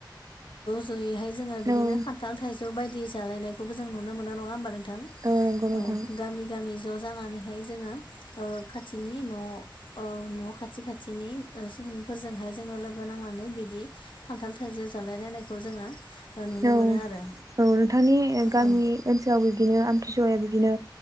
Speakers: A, on the left; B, on the right.
A: ज जयै हाय
B: औ
A: खान्थाल थाइजौ बायदि जालायनायखौबो जों नुनो मोनो नङा होनबा
B: औ नंगौ नोंथां
A: औ गामि गामि ज' जानानैहाय जोङो खाथिनि न' औ न' खाथि खाथिनि सुबुंफोरजोंहाय जोङो लोगो नांना नानै बिदि खान्थाल थाइजौ जालाय लायनायखौ जोङो नुनो
B: औ
A: मोनो आरो।
B: औ नोंथांनि गामि
A: औ
B: ओनसोलाव बिदिनो आमथिसुवाया बिदिनो